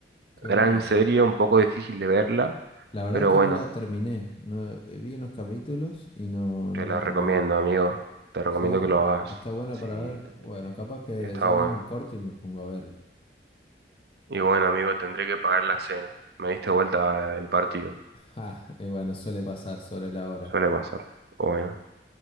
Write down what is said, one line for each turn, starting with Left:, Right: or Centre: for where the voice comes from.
Left: Qué bueno.
Right: Gran serie, un poco difícil de verla,
Left: La verdad
Right: pero
Left: que
Right: bueno,
Left: no la terminé. No, eh, vi unos capítulos y no,
Right: Te
Left: no la
Right: la
Left: terminé.
Right: recomiendo, amigo. Te recomiendo
Left: Sí,
Right: que lo hagas.
Left: está buena
Right: Sí,
Left: para ver. Bueno, capaz que
Right: está
Left: ya
Right: bueno.
Left: mismo corto y me pongo a verlo. <laughs>
Right: Y bueno, amigo, tendré que pagar la cena. Me diste vuelta el partido.
Left: Ja, y bueno, suele pasar sobre la hora.
Right: Suele pasar. Bueno,